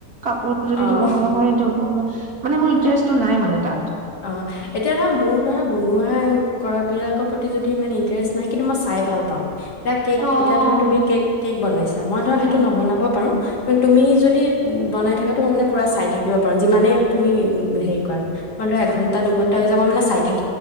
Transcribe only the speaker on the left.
অ',
অ এতিয়া ধৰা মোৰ ধৰা বনোৱা কৰা বিলাকৰ প্ৰতি যদি ইমান ইন্টাৰেষ্ট নাই কিন্তু মই চাই ভাল পাওঁ এা কেক
এতিয়া ধৰৰা তুমি কেক কেক বনাইছা মই ধৰা
সেইটো নবনাব পাৰো তুমি যদি বনাই থাকটো মই মানে পুৰা চাই থাকিব পাৰো যিমানে তুমি উ হেৰি কৰা মান ধ এঘন্টা দুঘণ্টা হৈ যাব মানে চাই থাকে